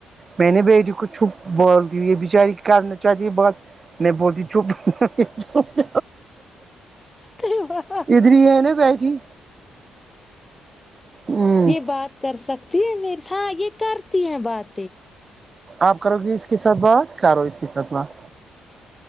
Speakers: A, on the right; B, on the left.
A: میں نے بیٹی کو چپ بول دی یہ بچاری کرنا چاہتی بات نہیں بولتی چپ چپ
B: تھی وہاں
A: فری ہے نہ باجی ہ
B: یہ بات کر سکتی ہے م ہاں یہ کرتی ہیں بات
A: آپ کرو گی اس کے ساتھ بات کرو اس کے ساتھ بات